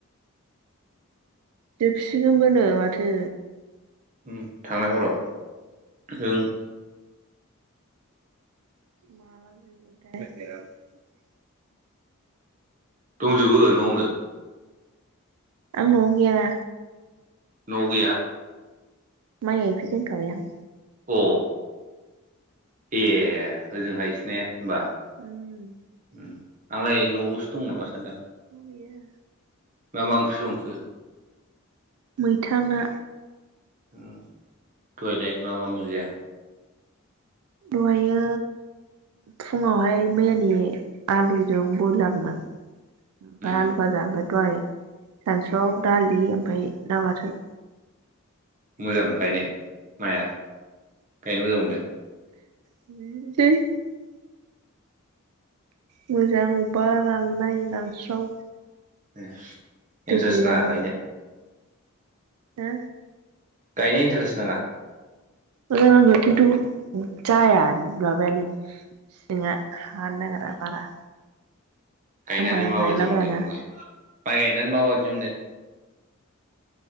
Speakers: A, on the right (about 85°); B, on the right (about 35°).
A: जोबसिगोनबोनो माथो।
B: ओम थांनाय हराव ओं
A: माला जोबोथाय। <unintelligible>
B: दंजोबो न'आवनो?
A: आं न'आव गैया।
B: न'आव गैया?
A: माइ गायफैदों होनखाबाय आं।
B: अ ए ओजोंहायसो ने होमबा?
A: उम
B: ओम आंलाय न'आवसो दं नामा सानदां
A: गैया।
B: मा मा ओंख्रि संखो?
A: मैथा ना।
B: ओम दहायलाय मा मा मोनजाया?
A: दहायो फुङावहाय मैयानि आलुजों बयलारमोन। ओमफाय
B: उम
A: आलु फाजा ओमफ्राय दहाय सानसुआव दालि ओमफ्राय ना बाथोन।
B: मोजां गायनो माइआ गायनो मोजां मोनदों?
A: <unintelligible> मोजां अबबा राननाय रानस्राव
B: ए
A: दै
B: इन्ट्रेस्ट
A: गैयाबा
B: नाङा गायनो?
A: हो?
B: गायनाय इन्टारेस्ट नाङा?
A: मोजां नांदों खिन्थु जाया माबायानो। जोंहा हानो नागेरा बारा।
B: गायनानै
A: आं बारा
B: माबायदि
A: गायलाबायाना
B: मोनदों नोंलाय माइ गायनानै माबायदि मोनदों?